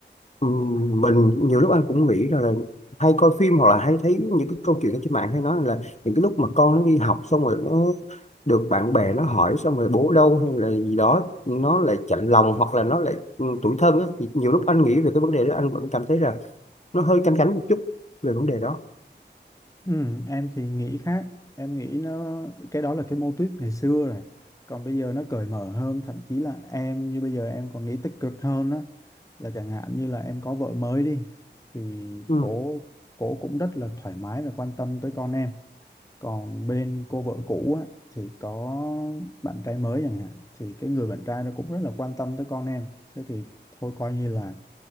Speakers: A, on the left; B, on the left.
A: ừm, mình nhiều lúc anh cũng nghĩ rằng là hay coi phim hoặc là hay thấy những cái câu chuyện ở trên mạng hay nói là những cái lúc mà con nó đi học xong rồi nó được bạn bè nó hỏi xong rồi bố đâu hay là gì đó nó lại chạnh lòng hoặc là nó lại ừ, tủi thân á thì nhiều lúc anh nghĩ về cái vấn đề đó anh vẫn cảm thấy là nó hơi canh cánh một chút về vấn đề đó
B: Ừ, em thì nghĩ khác em nghĩ nó cái đó là cái mô típ ngày xưa rồi còn bây giờ nó cởi mở hơn thậm chí là em như bây giờ em còn nghĩ tích cực hơn á là chẳng hạn như là em có vợ mới đi thì
A: ừ,
B: cổ cổ cũng rất là thoải mái và quan tâm tới con em còn bên cô vợ cũ á thì có bạn trai mới chẳng hạn thì cái người bạn trai nó cũng rất là quan tâm tới con em thế thì thôi coi như là